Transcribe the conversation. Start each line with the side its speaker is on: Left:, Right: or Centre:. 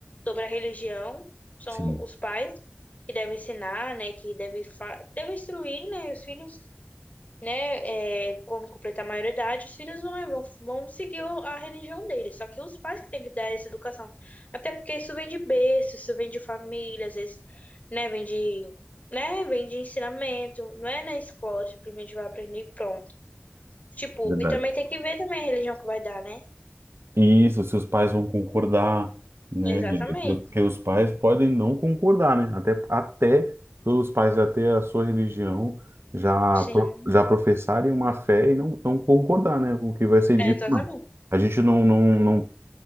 Left: sobre a religião, são
Right: sim.
Left: os pais que devem ensinar, né, que devem, fa- devem instruir, né, os filhos né, é, quando completar a maioridade, os filhos vão, né, vão, vão seguir o- a religião deles. Só que os pais que têm que dar essa educação. Até porque isso vem de berço, isso vem de família, às vezes, né, vem de, né, vem de ensinamento. Não é na escola, simplesmente vai aprender e pronto. Tipo,
Right: Verdade.
Left: e também tem que ver também a religião que vai dar, né?
Right: E Isso, seus pais vão concordar, né?
Left: Exatamente.
Right: Porque os pais podem não concordar, né? Até, até os pais já ter a sua religião, já,
Left: Sim,
Right: pro- já professarem uma fé e não, não concordar, né? Com o que vai ser dito,
Left: é exatamente.
Right: não. A gente não, não, não,